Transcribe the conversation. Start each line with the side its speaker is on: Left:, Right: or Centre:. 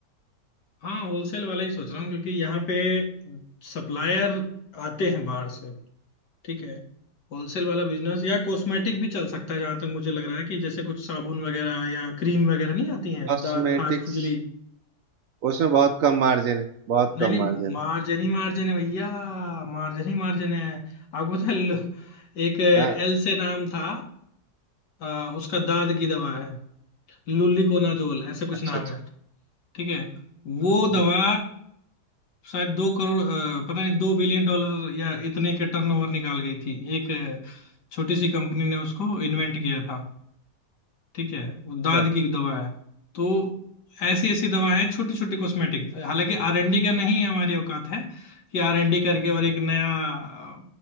Left: हाँ होलसेल वाला ही सोच रहा हूँ क्योंकि यहाँ पे सप्लायर आते हैं बाहर से ठीक है होलसेल वाला बिजनेस या कॉस्मेटिक भी चल सकता है जहां तक मुझे लग रहा है कि जैसे कुछ साबुन वगैरह या क्रीम वगैरह नहीं आती हैं
Right: कॉस्मेटिक्स
Left: दाद खाज खुजली
Right: उसमें बहुत कम मार्जिन है बहुत
Left: नहीं
Right: कम
Left: नहीं
Right: मार्जिन
Left: मार्जिन ही मार्जिन है भैया मार्जिन ही मार्जिन है आपको पता है लु- एक एल
Right: है हाँ
Left: से नाम था आ, उसका दाद की दवा है लुलिकोनाजोल ऐसे कुछ
Right: अच्छा
Left: नाम
Right: अच्छा
Left: है ठीक है वो
Right: हम्म,
Left: दवा शायद दो करोड़ अ, पता नहीं दो बिलियन डॉलर या इतने के टर्नओवर निकाल गई थी एक अ, छोटी सी कंपनी ने उसको इन्वेंट किया था ठीक है वो दाद
Right: अच्छा
Left: की दवा है तो ऐसी ऐसी दवाएं हैं छोटी छोटी कॉस्मेटिक हालांकि आरएनडी का नहीं है, हमारी औकात है कि आरएनडी करके और एक
Right: हम्म,
Left: नया अ,